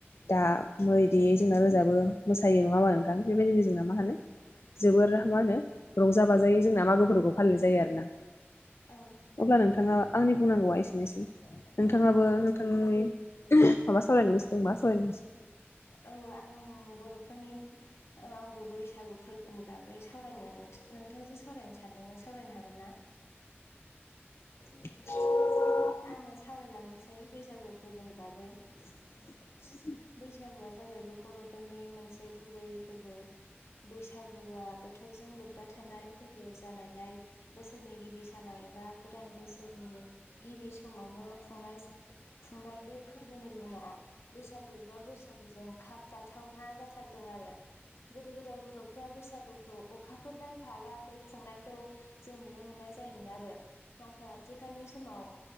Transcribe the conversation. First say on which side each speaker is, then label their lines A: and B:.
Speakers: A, on the left (about 70°); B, on the left (about 85°).
A: दा बेफोरबायदि जोंना रोजाबो मोसायो नङा होमबा नोंथां बेबायदिनो जोंना मा होनो जोबोर मा होनो रंजा बाजायै जोंना मागोफोरखौ फालिनाय जायो आरो ना।
B: औ
A: अब्ला नोंथाङा आंनि बुंनांगौवा एसेनोसै नोंथाङाबो
B: औ औ
A: नोंथांनि
B: औ
A: <unintelligible> माबा सावरायनो गोसो दंबा सावरायजासि
B: औ आं बर'फोरनि ओ आंबो बैसागु फोरबोनि बागै बगै सावरायनो नोंथा-नोंथांजों सावरायनो सानदोंमोन सावरायनो हागोन ना
A: <unintelligible>
B: आङो सावरायलांनोसै बैसागु फोरबोनि बागै
A: <inaudible>
B: बैसागुआ जाबाय बे बर'फोरनि मोनसे गुबैयै फोरबो बैसागुआ बोथोरजों लोब्बा थानाय फोरबो जानायलाय बोसोरनि गिबि सानाव एबा गोदान बोसोरनि गिबि समावनो खुंनाय खुंनाय बे फोरबोनि मुङा बैसागु एबा बैसागुजों खाब जाथावना जाथारदों आरो गोदो गोदाय बर'फ्रा बैसागुखौ अखाफोर दानफालागै खुंनायखौ जों नुनो मोननाय जायोमोन आरो नाथाय आथिखालनि समाव